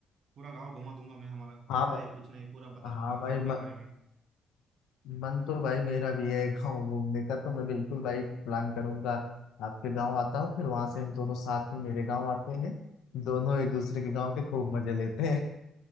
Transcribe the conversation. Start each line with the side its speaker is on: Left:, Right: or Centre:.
Right: पूरा गांव घुमा दूंगा मैं हमारा कैसा
Left: हाँ ब-
Right: है कुछ नहीं पूरा बता दूंगा
Left: हाँ भाई
Right: गांव
Left: म,
Right: के बारे में
Left: मन तो भाई मेरा भी है गाँव घूमने का तो मैं बिल्कुल भाई प्लान करूंगा आपके गाँव आता हूँ फिर वहां से हम दोनों साथ में मेरे गाँव आते हैं दोनों एक दूसरे के गाँव के खूब मजे लेते हैं